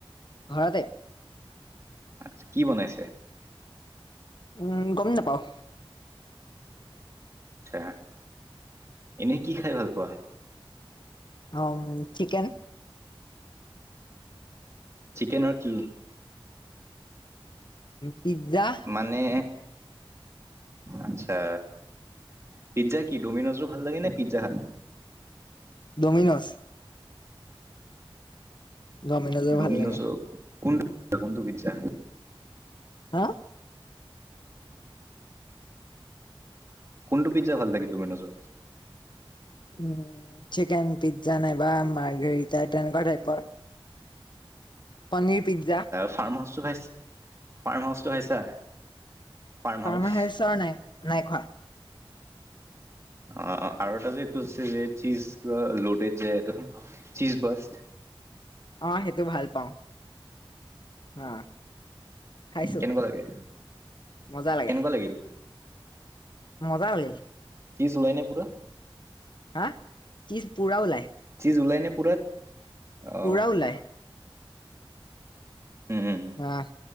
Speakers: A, on the left; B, on the right.
A: ঘৰতে
B: আচ্ছা কি বনাইছে
A: উম গমেই নাপাওঁ
B: আ এনেই কি খাই ভাল পোৱা
A: অ চিকেন
B: চিকেনৰ কি
A: পিজ্জা
B: মানে আচ্ছা পিজ্জা কি ডমিনোজো ভাল লাগে নে পিজ্জা
A: ডমিন'জ ডমিন'জৰ
B: ডমিন'ছ
A: ভাল লাগে
B: কোনটো কোনটো বিছা
A: হা
B: কোনটো পিজ্জা ভাল লাগিল দমিনজৰ
A: উ চিকেন পিজ্জা নাইবা মাৰ্গৰি তেনেকুৱা টাইপৰ পনীৰ পি্জা
B: ফাৰ্ম হাউচটো খাইছ ফাৰ্ম হাউচটো খাইছা ফাৰ্ম হাউচ
A: ফাৰ্মা হাইষ্টৰ নাই নাই খোৱা
B: অ আৰু এটা যে এইটোছে যে চিজ কিবা লোডেড যেটো চিজ বস্ত
A: অ সেইটো ভাল পাওঁ হা খাইছো
B: কেনেকুৱা লাগে
A: মজা লাগে।
B: কেনেকুৱা লাগিল
A: মজা বুলি
B: চিজ ওলাই নাই পূৰা
A: হা চিজ পুৰা ওলাই
B: চি জুলাই নে পুৰাত অ'
A: উৰা ওলায়
B: উম
A: আহ